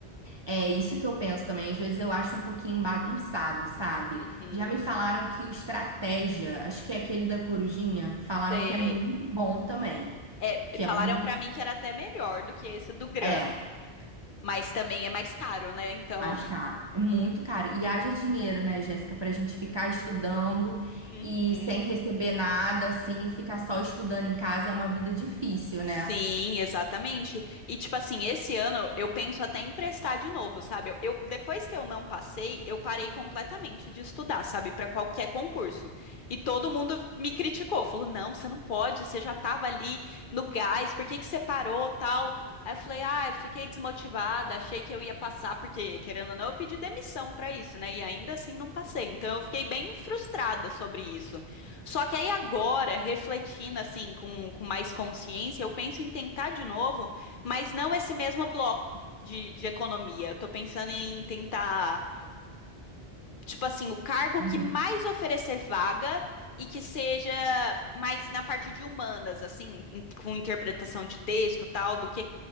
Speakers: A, on the right; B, on the left.
A: É isso que eu penso também. Às vezes eu acho um pouquinho bagunçado, sabe?
B: Uhum,
A: Já me falaram que o Estratégia, acho que é aquele da Corujinha, falaram
B: sei.
A: que é muito bom também.
B: É,
A: Que
B: falaram
A: é um dos.
B: pra mim que era até melhor do que esse do GRAM.
A: É.
B: Mas também é mais caro, né? Então.
A: mais
B: <laughs>
A: caro, é muito caro. E haja dinheiro, né, Jéssica, pra gente ficar estudando
B: Uhum.
A: e sem receber nada, assim, e ficar só estudando em casa é uma vida difícil, né?
B: Sim, exatamente. E tipo assim, esse ano eu penso até em emprestar de novo, sabe? Eu, eu- depois que eu não passei, eu parei completamente de estudar, sabe, Para qualquer concurso. E todo mundo me criticou, falou: "Não, você não pode, você já tava ali no gás, por que que você parou, tal?" Aí eu falei: "Ah, eu fiquei desmotivada, achei que eu ia passar porque querendo ou não, eu pedi demissão para isso, né? E ainda assim não passei. Então eu fiquei bem frustrada sobre isso. Só que aí agora, refletindo assim, com, com mais consciência, eu penso em tentar de novo, mas não esse mesmo bloco de, de economia. Eu tô pensando em tentar, tipo assim, o cargo
A: Uhum.
B: que mais oferecer vaga e que seja mais na parte de humanas, assim, in- com interpretação de texto e tal, do que